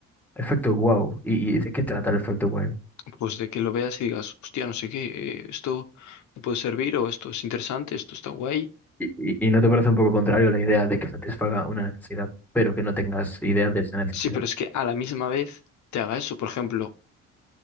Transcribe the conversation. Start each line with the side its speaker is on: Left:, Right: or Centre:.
Centre: Efecto wow. ¿Y, y de qué trata el efecto wow?
Left: Pues de que lo veas y digas, hostia, no sé qué, eh, esto me puede servir o esto es interesante, esto está guay.
Centre: Y, y, y no te parece un poco contrario la idea de que satisfaga una necesidad, pero que no tengas idea de esa necesidad?
Left: Sí, pero es que a la misma vez te haga eso. Por ejemplo,